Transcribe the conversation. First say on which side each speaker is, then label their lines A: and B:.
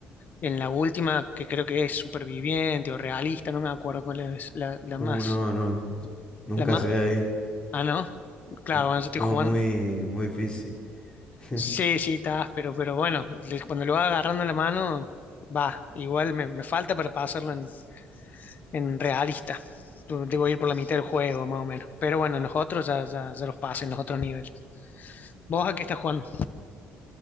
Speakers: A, on the left; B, on the left.
A: En la última, que creo que es superviviente o realista, no me acuerdo cuál es la, la
B: uh,
A: más.
B: no, no, nunca
A: La más.
B: llegué ahí.
A: Ah, no. Claro,
B: Nun-
A: bueno, yo estoy
B: No,
A: jugando.
B: muy, muy difícil. <laughs>
A: Sí, sí, estás, pero, pero bueno, le- cuando lo va agarrando la mano, va. Igual me, me falta para pasarlo en, en realista. Tu- Debo ir por la mitad del juego, más o menos. Pero bueno, en los otros ya, ya, ya los pasé en los otros niveles. ¿Vos a qué estás jugando?